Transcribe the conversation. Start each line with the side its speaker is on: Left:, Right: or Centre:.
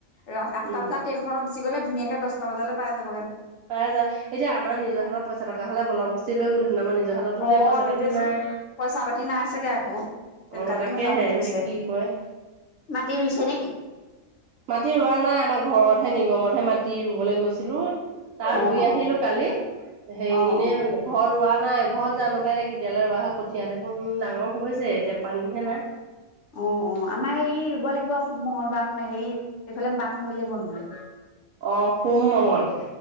Left: ৰা আঠটা
Right: উম
Left: বজাত ট্ৰেইন খনৰ গুচি গলে ধুনিয়াকে দচটা বজাল পাই যাব
Right: পাই যা এতিয়া আমাৰ নিজৰ হাতত পইচা থকা হলে বলৰবস্তি লৈ গলো হেতেন আমাৰ নিজৰ হাততো এতিয়া
Left: অ'
Right: পইচা
Left: সেইটোয়ে
Right: পাতি
Left: আছিল
Right: নাই।
Left: পইচা পাতি নাই চাগে আকৌ সেইটো
Right: অ
Left: কাৰণে
Right: তাকেহে
Left: নাযাওঁ বুলি কৈছে
Right: এ কি কয়
Left: মাটি ৰুইছে নে কি।
Right: মাটি ৰোৱা নাই আমাৰ ঘৰতহে নিগমতহে মাটি। ৰাতি ৰুবলৈ গৈছিলো তাৰ
Left: অ
Right: ৰুই আহিলো
Left: অ
Right: কালি সেই
Left: অ
Right: এনে
Left: অ
Right: ঘৰ ৰোৱা। নাই ঘৰত জানো পাই দে কেতিয়ালৈ ৰোৱা হয় কঠীয়া দেখোন ডাঙৰ হৈ যায় এতিয়া পানীহে নাই
Left: অ -অ অ' আমাৰ হেৰি ৰুব লাগিব মংগলবাৰ মানে হেৰি এইফালে বাট মৰি যাব নহলে
Right: অ সোম মংগল